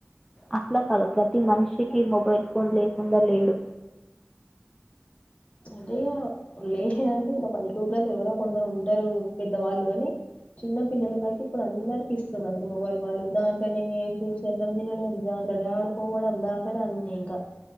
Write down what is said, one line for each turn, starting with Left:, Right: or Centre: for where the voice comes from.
Centre: అట్లా కాదు ప్రతి మనిషికిీ మొబైల్ ఫోన్ లేకుండ లేడు
Left: అదే లేరంటే ఇగ పల్లెటూర్లలో ఎవరో కొందరు ఉంటరు పెద్దవాళ్ళు కాని చిన్న పిల్లలకయితే ఇప్పుడు అందరికి ఇస్తున్నారు అసలు మొబైల్ వాళ్ళు దాని నే చూసి అన్నం తినడం దాంట్లనే ఆడుకోవడం దాంట్లనే అన్ని ఇకా